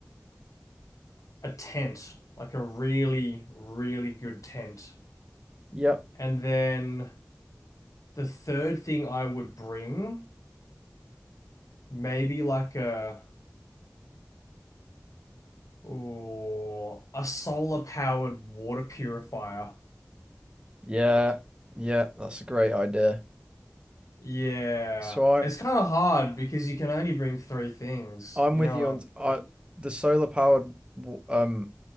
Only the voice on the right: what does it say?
Yep.
Yeah. Yeah, that's a great idea.
So I'm
I'm
with
you on I
the solar powered um